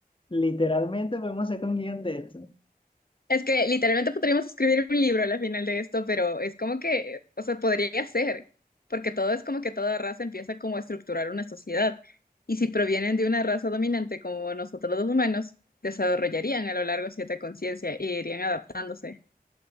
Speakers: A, on the left; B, on the left.
A: literalmente podemos sacar un guión de esto.
B: Es que literalmente podríamos escribir un libro al final de esto, pero es como que, o sea, podría ser, porque todo es como que toda raza empieza como a estructurar una sociedad. Y si provienen de una raza dominante como nosotros los humanos, desarrollarían a lo largo cierta conciencia y irían adaptándose.